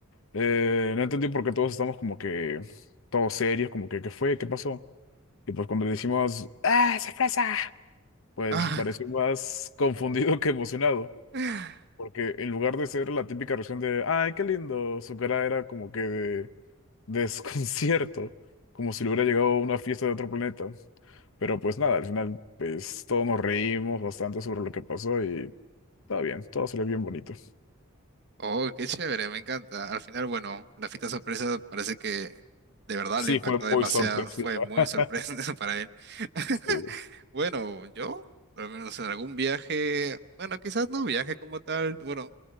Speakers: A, on the left; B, on the right.
A: eh, no entendí por qué todos estamos como que todos serios, como que ¿qué fue? ¿Qué pasó? Y pues cuando le decimos, ¡ah, sorpresa! Pues
B: ah.
A: pareció más <laughs> confundido que emocionado,
B: <laughs>
A: porque en lugar de ser la típica reacción de, ¡ay, qué lindo! Su cara era como que de desconcierto, como si le hubiera llegado a una fiesta de otro planeta. Pero pues nada, al final pues todos nos reímos bastante sobre lo que pasó y está bien, todo salió bien bonito.
B: Oh, qué chévere, me encanta. Al final, bueno, la fiesta sorpresa parece que de verdad
A: Sí,
B: lo impactó
A: fue muy
B: demasiado.
A: sorpresiva.
B: Fue muy
A: <laughs>
B: sorpresa <laughs> para él. <laughs>
A: Sí,
B: Bueno, yo, al menos en algún viaje, bueno, quizás no viaje como tal, bueno.